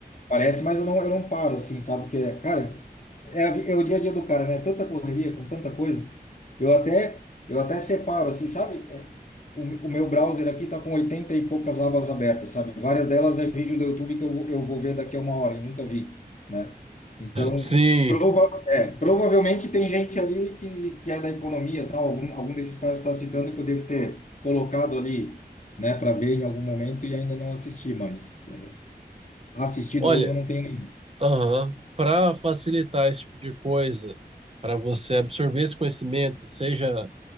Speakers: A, on the left; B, on the right.
A: Aparece, mas eu não, eu não paro, assim, sabe? Porque, cara, é, a vi- é o dia a dia do cara, né? Tanta correria, com tanta coisa, eu até, eu até separo, assim, sabe? É, o, o meu browser aqui tá com 80 e poucas abas abertas, sabe? Várias delas é vídeo do YouTube que eu, vou- eu vou ver daqui a uma hora e nunca vi, né? Então,
B: Sim.
A: prova, é, provavelmente tem gente ali que, que é da economia, tal, algum, algum desses caras está citando que eu devo ter colocado ali né, para ver em algum momento e ainda não assisti, mas é, assistido
B: Olha,
A: mesmo eu não tenho nenhum.
B: aham. Para facilitar esse tipo de coisa, para você absorver esse conhecimento, seja